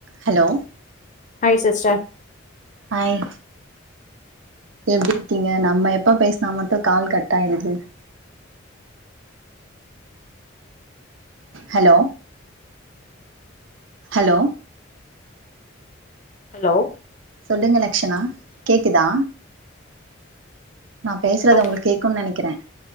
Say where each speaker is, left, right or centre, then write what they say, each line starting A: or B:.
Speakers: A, on the right; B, on the left.
A: hello
B: hi sister
A: hi எப்டி இருக்கீங்க நம்ம எப்ப பேசினா மட்டும் கால் கட் ஆயிடுது ஹலோ ஹலோ
B: ஹலோ
A: சொல்லுங்க லக்ஷணா கேக்குதா நான் பேசுறது
B: ஹலோ
A: உங்களுக்கு கேக்கும் நெனைக்கிறேன்